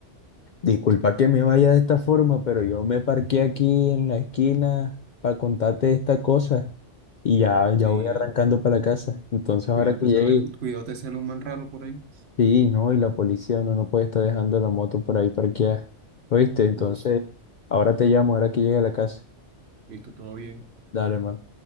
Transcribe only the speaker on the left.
disculpa que me vaya de esta forma, pero yo me parqué aquí en la esquina para contarte esta cosa y ya, ya
voy arrancando para la casa. Entonces, ahora
que llegue,
sí, no, y la policía, uno no puede estar dejando la moto por ahí parqueada. ¿Oíste? Entonces,
ahora te llamo, ahora que llegue a la casa.
Dale, hermano.